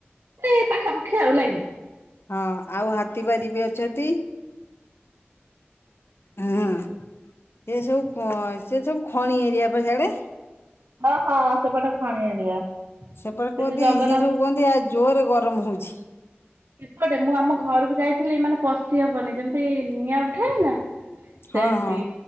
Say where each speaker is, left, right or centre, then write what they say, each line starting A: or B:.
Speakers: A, on the right; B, on the left.
A: ଏଇ ପାଖାପାଖି ଆଉ ନାଇଁ।
B: ହଁ ଆଉ ହାତୀ ବା <unintelligible> ଅଛନ୍ତି। ହୁଁ ସେ ସବୁ ସେ ସବୁ ଖଣି ଏରିଆ ପଛଆଡେ।
A: ହ ହଁ ସେ ପାଟେ ଖାଣି ଏରିଆ।
B: ସେପଟେ
A: ସେ
B: କୁହନ୍ତି,
A: ଯୋଉ ଜଗନ୍ନାଥ
B: ସେ ସବୁ କୁହନ୍ତି ଆ ଜୋରରେ ଗରମ ହଉଛି।
A: ସେପଟେ ମୁଁ ଆମ ଘରକୁ ଯାଇଥିଲି, ଏ ମାନେ ପଶି ହବନି ଯେମିତି ନିଆଁ ଉଠାଏ ନା ସେମିତି,
B: ହଁ ହଁ।